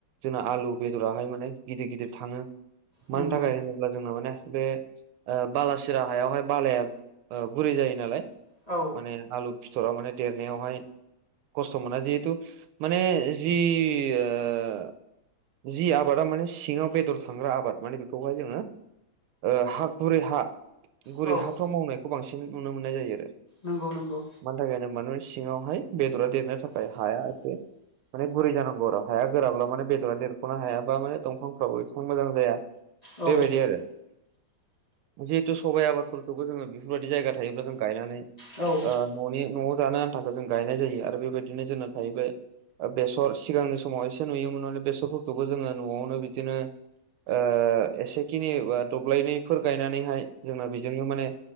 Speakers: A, on the right; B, on the left.
A: जोंना आलु बेदराहाय माने गिदिर गिदिर थाङो
B: नंगौ
A: मानि थाखाय होनोब्ला जोंना माने बे बालासिरा हायावहाय बालाया गुरै जायो नालाय
B: औ
A: माने आलु फिथरा माने देरनायावहाय खस्थ मोना जिहेथु माने जि आ जि आबादा माने सिङाव बेदर थांग्रा आबाद माने बेखौहाय जोङो ओ हा गुरै हा गुरै
B: औ
A: हाफ्राव मावनायखौ बांसिन नुनो मोननाय जायो आरो
B: नंगौ नंगौ
A: मानि थाखायनोबा नों सिङावहाय बेदरा देरनो थाखाय हाया एसे माने गुरै जानांगौ आरो हाया गोराब्ला माने बेदरा देरखनो हायाबा माने दंफांफ्राबो एसेबां मोजां जाया
B: औ
A: बेबायदि आरो जिहेतु सबाइ आबादफोरखौबो जोङो बेफोरबायदि जायगा थायोब्ला जों गायनानै
B: औ
A: न'नि न'आव जानो आन्थाखौ जों गायनाय जायो आरो बेबायदिनो जोंना थाहैबाय बेसर सिगांनि समाव एसे नुयोमोन माने बेसरफोरखौबो जोङो न'आवनो बिदिनो ओ एसेखिनि बा दब्लायनैफोर गायनानैहाय जोंना बेजोंनो माने